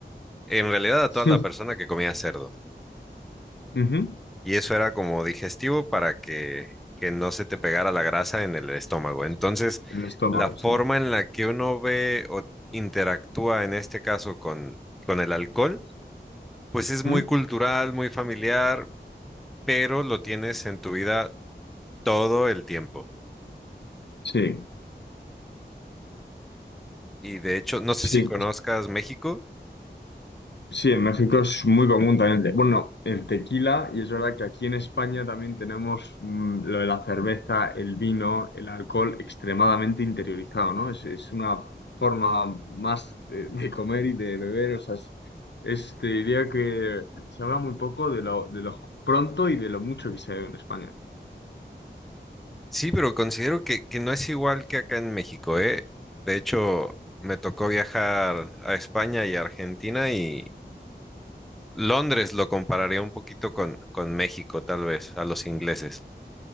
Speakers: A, in the centre; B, on the left.
A: En realidad, a toda
B: <laughs>
A: la
B: sí,
A: persona que comía cerdo.
B: ujú.
A: Y eso era como digestivo para que, que no se te pegara la grasa en el estómago. Entonces,
B: El estómago,
A: la forma
B: sí.
A: en la que uno ve o interactúa en este caso con, con el alcohol, pues es muy
B: Ujú,
A: cultural, muy familiar, pero lo tienes en tu vida todo el tiempo.
B: Sí,
A: Y de hecho, no sé
B: sí,
A: si conozcas México.
B: Sí, en México es muy común también. el te- Bueno, el tequila, y es verdad que aquí en España también tenemos mm, lo de la cerveza, el vino, el alcohol extremadamente interiorizado, ¿no? Es, es una forma más de, de comer y de beber, o sea, es, es- te diría que se habla muy poco de lo, de lo pronto y de lo mucho que se bebe en España.
A: Sí, pero considero que, que no es igual que acá en México, ¿eh? De hecho, me tocó viajar a España y a Argentina y Londres lo compararía un poquito con, con México, tal vez, a los ingleses.